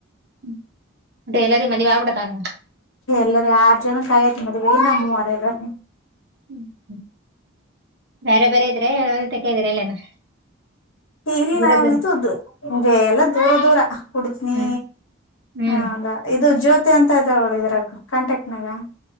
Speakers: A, on the right; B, on the left.
A: ್ಮ ಅ <unintelligible> ಎಲ್ಲಾರ ಮದ ವಬಡದಾಗ
B: ಎಲ್ಲಾರ ಆರ್ ಜನಕ್ ಆಗೇತಿ ಮದ್ವೆ. ಇನ್ನ್ ಮೂವರ್ ಇದಾರೆ
A: ಹ್ಮ್ ಬೇರೆ ಬೇರೆ ಇದ್ರೆ ಒಂದ ತಕ್ಕಿದೀರ ಎಲ್ಲೇನ
B: ಇಲ್ಲ
A: ದೂರ ದೂರ
B: ಇದುದು ಎಲ್ಲ ದೂರ ದೂರ ಕುಡಿತನಿ
A: ಹ್ಮ್ ಹ್ಮ್
B: ಹ ಇದು ಜ್ಯೋತಿ ಅಂತ ಇದಾರೆ ಒಬ್ರು ಇದ್ರಾಗ ಕಾಂಟ್ಯಾಕ್ಟ್ನಾಗ